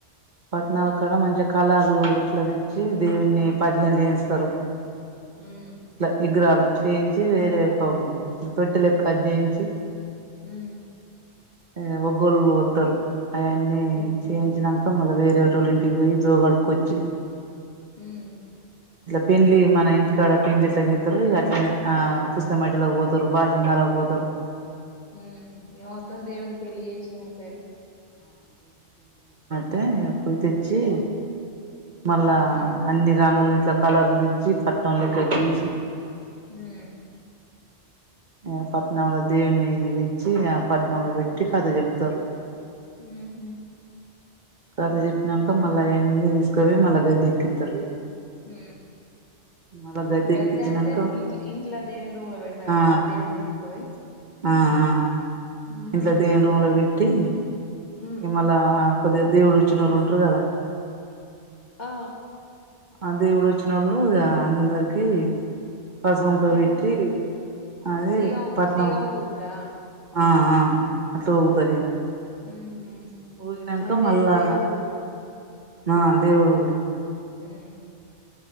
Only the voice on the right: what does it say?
పట్టనాాల కాడ మంచిగా కలర్లు ఇట్లా తెచ్చి దేవుని పజ్రం చేయించుతారు
ఇట్లా ఇగ్రహాలు చేయించి వేరె
కోపం ఆ పెట్టలక్క చేయించి
ఎ వోగోల్ వత్తరు ఆయన్ని
చేయించినాంక్ మళ్ళ వేరేటోళ్ళ ఇంటికి వోయ్ జో గడ్కొచ్చి
పెండ్లి మన ఇంటికాడ పెళ్డ్లి ఎట్ల చెత్తారు ఇగ అట్లనే ఆ పుస్తమేటలకు పోతారు బాశింగాలకు పోతారు
తే అప్పు తెచ్చి మళ్ళా
అన్ని రంగులు ద్ద కలర్లు తెచ్చి పట్నం లెక్క గీసి
ఆ పట్నంలో దేవుని తెచ్చి ఆ పట్నంలో పెట్టి కథ చెప్తారు
కత చెప్పినాక మళ్ళా అయన్నీ తీసుకవోయ్ మళ్ళా గడ్డ ఎక్కిస్తారు
మళ్ళా
ఎక్కించినాక
ఆ
ఆ
ఆ
ఇంట్లా దేను రూముంలో టీ
ఈమల్ల కొద్దిగ్ దేవుడు వచ్చిన వాళ్ళు ఉంటారు కదా
ఆ దేవుడు వచ్చిన వాళ్ళు అందరికి పసవం కో
వెట్ అది
పట్నం
ఆ ఆ ఆ అట్లా ఊగుతార్ ఇగ
ఊగినంక
మళ్ళా
ఆ దేవుడు ఉగుడే